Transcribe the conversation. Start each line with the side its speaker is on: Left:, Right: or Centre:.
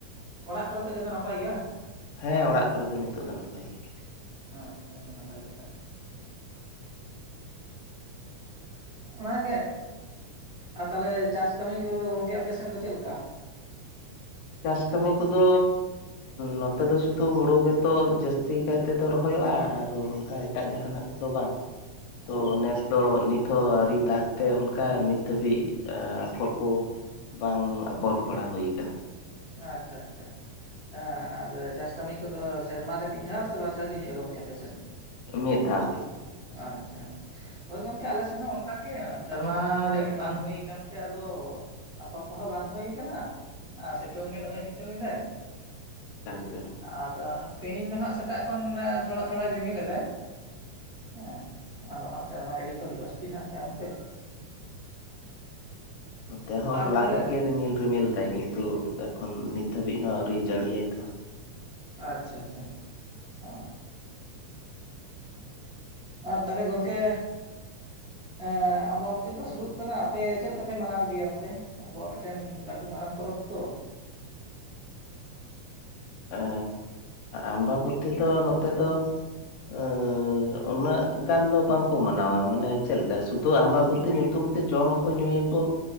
Right: ᱚᱲᱟᱜ ᱠᱚᱨᱮ ᱛᱚ ᱡᱚᱛᱚ ᱱᱟᱯᱟᱭ ᱜᱮᱭᱟ
Left: ᱦᱮᱸ ᱚᱲᱟᱜ ᱠᱚᱨᱮ ᱫᱚ ᱱᱤᱛᱚᱜ ᱫᱚ ᱱᱟᱯᱟᱭ ᱜᱮᱭᱟ
Right: ᱟᱪᱪᱷᱟ ᱟᱪᱪᱷᱟ ᱱᱟᱯᱟᱭ ᱠᱟᱛᱷᱟ ᱚᱱᱟᱜᱮ ᱟᱨ ᱛᱟᱦᱞᱮ ᱪᱟᱥ ᱠᱟᱹᱢᱤ ᱠᱚ ᱜᱚᱝᱠᱮ ᱟᱯᱮ ᱥᱮᱱ ᱫᱚ ᱪᱮᱫᱞᱮᱠᱟ
Left: ᱪᱟᱥ ᱠᱟᱹᱢᱤ ᱠᱚᱫᱚ ᱱᱚᱛᱮ ᱫᱚ ᱥᱩᱫᱩ ᱦᱩᱲᱩ ᱜᱮᱛᱚ ᱡᱟᱹᱥᱛᱤ <inaudible> ᱛᱮᱫᱚ ᱨᱚᱦᱚᱭᱚᱜᱼᱟ ᱟᱨ ᱚᱱᱠᱟ ᱮᱴᱟᱜ ᱡᱟᱦᱟᱱᱟᱜ ᱠᱚᱫᱚ ᱵᱟᱝ ᱛᱚ
Right: ᱚ
Left: ᱱᱮᱥ ᱫᱚ ᱱᱤᱛ ᱦᱚᱸ ᱟᱹᱨᱤ ᱫᱟᱜᱽ ᱛᱮ ᱚᱱᱠᱟ ᱱᱤᱛ ᱫᱷᱟᱹᱵᱤᱡ ᱟᱯᱷᱚᱨ ᱠᱚ ᱵᱟᱝ ᱟᱯᱷᱚᱨ ᱵᱟᱲᱟ ᱦᱩᱭ ᱟᱠᱟᱱᱟ
Right: ᱟᱪᱪᱷᱟ ᱟᱪᱪᱷᱟ ᱦᱮᱸ ᱟᱨ ᱪᱟᱥ ᱠᱟᱹᱢᱤ ᱠᱚᱫᱚ ᱥᱮᱨᱢᱟᱨ ᱨᱮ ᱢᱤᱫ ᱫᱷᱟᱣ ᱥᱮ ᱵᱟᱨ ᱫᱷᱟᱣ ᱜᱮ ᱦᱩᱭᱩᱜᱼᱟ ᱜᱚᱝᱠᱮ ᱟᱯᱮᱥᱮᱱ ᱫᱚ
Left: ᱢᱤᱫ ᱫᱷᱟᱣ ᱜᱮ
Right: ᱟᱪᱪᱷᱟ ᱦᱳᱭ ᱜᱚᱝᱠᱮ ᱟᱞᱮ ᱥᱮᱱ ᱦᱚᱸ ᱚᱱᱠᱟᱜᱮ ᱥᱮᱨᱢᱟ ᱡᱟᱹᱲᱤ ᱵᱟᱝ ᱦᱩᱭ ᱠᱟᱱ ᱛᱮ ᱟᱫᱚ ᱟᱯᱷᱚᱨ ᱠᱚᱦᱚᱸ ᱵᱟᱝ ᱦᱩᱭ ᱠᱟᱱᱟ ᱟᱨ ᱥᱤᱛᱩᱝ ᱜᱮ ᱫᱚᱢᱮ ᱥᱤᱛᱩᱝ ᱮᱫᱟᱭ
Left: ᱮᱠᱟᱞ ᱮᱠᱟᱞ
Right: ᱟᱨ ᱛᱮᱦᱤᱧ ᱫᱚ ᱦᱟᱸᱜ ᱥᱮᱛᱟᱜ ᱠᱷᱚᱱ ᱛᱷᱚᱲᱟ ᱛᱷᱚᱲᱟᱭ ᱨᱤᱢᱤᱞ ᱞᱮᱫᱟᱭ ᱦᱮᱸ ᱟᱫᱚ ᱦᱟᱸᱜ ᱥᱮᱨᱢᱟ ᱡᱟᱹᱲᱤ ᱠᱚ ᱦᱩᱭᱩᱜᱼᱟ ᱥᱮ ᱪᱮᱫ ᱦᱟᱸᱜ ᱛᱟᱭᱚᱢ ᱛᱮ
Left: ᱱᱚᱛᱮ ᱦᱚᱸ
Right: ᱟᱨ
Left: ᱦᱚᱞᱟ
Right: ᱛᱟᱦᱚᱞᱮ
Left: ᱠᱷᱚᱡ ᱜᱮ ᱨᱤᱢᱤᱞ ᱨᱤᱢᱤᱞ ᱫᱟᱭ ᱠᱤᱱᱛᱩ ᱮᱠᱷᱚᱱ ᱱᱤᱛ ᱫᱷᱟᱹᱵᱤᱡ ᱦᱚᱸ ᱟᱹᱣᱨᱤ ᱡᱟᱹᱲᱤᱭᱟᱭ ᱛᱚ᱾
Right: ᱟᱪᱪᱷᱟ ᱟᱪᱪᱷᱟ ᱚ ᱟᱨ ᱛᱟᱦᱞᱮ ᱜᱚᱝᱠᱮ ᱮᱸ ᱟᱢᱵᱟᱵᱛᱤ ᱫᱚ ᱥᱩᱨᱩᱜ ᱠᱟᱱᱟ ᱟᱯᱮ ᱪᱮᱫ ᱞᱮᱠᱟᱯᱮ ᱢᱟᱱᱟᱣ ᱜᱮᱭᱟ ᱚᱱᱛᱮ? ᱟᱵᱚᱣᱟᱜ ᱢᱤᱫᱴᱮᱱ ᱞᱟᱹᱴᱩ ᱢᱟᱨᱟᱝ ᱯᱚᱨᱚᱵᱽ ᱛᱚ᱾
Left: ᱮᱻ ᱟᱢᱵᱟᱵᱚᱛᱤ ᱫᱚ ᱱᱚᱛᱮ ᱫᱚ ᱟᱸ ᱩᱱᱟᱹᱜ ᱜᱟᱱ ᱫᱚ ᱵᱟᱝᱠᱚ ᱢᱟᱱᱟᱣᱟ ᱢᱟᱱᱮ ᱪᱮᱜ ᱞᱮᱠᱟ ᱥᱩᱫᱷᱩ ᱟᱢᱵᱟᱵᱚᱛᱤ ᱧᱩᱛᱩᱢ ᱛᱮ ᱡᱚᱢᱟᱠᱚ ᱧᱩᱭᱟᱠᱚ